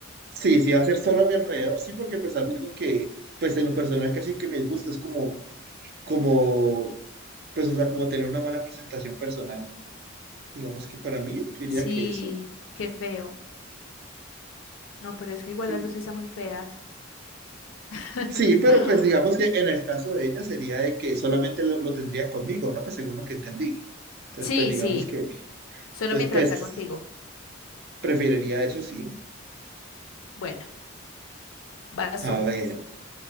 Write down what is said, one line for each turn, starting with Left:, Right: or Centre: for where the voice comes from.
Right: Sí, sí, va a ser solo a mi alrededor, sí, porque pues algo que, pues en lo personal casi que me gusta es como, como, pues o sea, como tener una mala presentación personal. Digamos que para mí, yo diría
Left: Sí,
Right: que eso,
Left: qué feo. No, pero es que igual
Right: sí.
Left: las dos están muy feas. <laughs>
Right: Sí, pero pues digamos que en el caso de ella sería de que solamente lo, lo tendría conmigo, ¿no? Pues según lo que entendí. Entonces,
Left: Sí,
Right: pues digamos
Left: sí,
Right: que,
Left: solo
Right: entonces
Left: mientras
Right: pues
Left: está contigo.
Right: preferiría eso, sí.
Left: Bueno, vas
Right: A
Left: tú.
Right: ver,